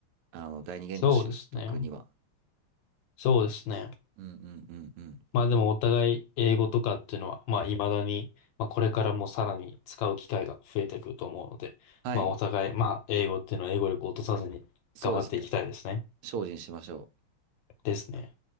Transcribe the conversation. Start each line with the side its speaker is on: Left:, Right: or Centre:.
Right: あの、第二言語習得には。
Left: そうですね。そうですね。
Right: うんうんうんうん。
Left: まあでもお互い英語とかっていうのは、まあ未だに、まあこれからもさらに使う機会が増えてくると思うので、
Right: はい。
Left: まあお互い、まあ英語っていうのは英語力を落とさずに頑張っていきたいですね。
Right: そうですね。精進しましょう。
Left: ですね。